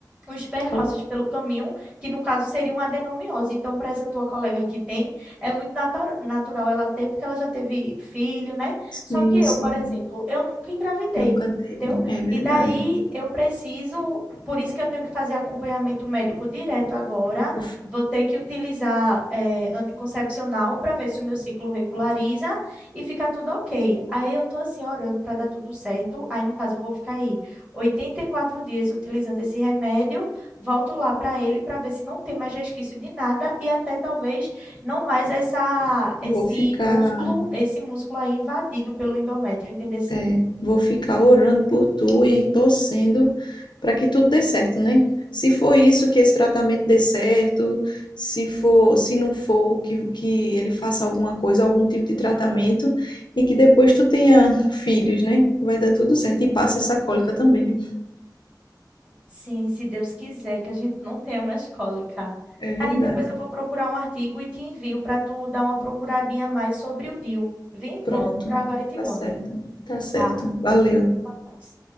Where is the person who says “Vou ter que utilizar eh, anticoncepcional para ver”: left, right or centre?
Right